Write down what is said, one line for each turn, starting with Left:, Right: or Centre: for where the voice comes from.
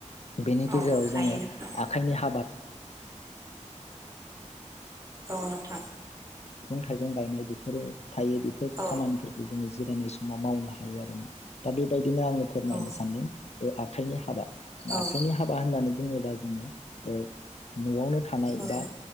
Left: बेनि
Right: औ
Left: गेजेराव
Right: हायो
Left: जोङो
Right: नोंथां
Left: आखाइनि हाबा
Right: औ नोंथां
Left: मैगं थाइगं गायनाय बेफोरो थायो बेफोर
Right: औ
Left: खामानिफोरखौ जोङो जिरायनाय समाव मावनो हायो आरोमा दा बेबायदि बिदिनो आङो फोरमायनो
Right: औ
Left: सानदों आखाइनि हाबा
Right: औ
Left: आखाइनि हाबा होननानै बुङोबा जोङो ओ न'आवनो थानाय
Right: औ
Left: बा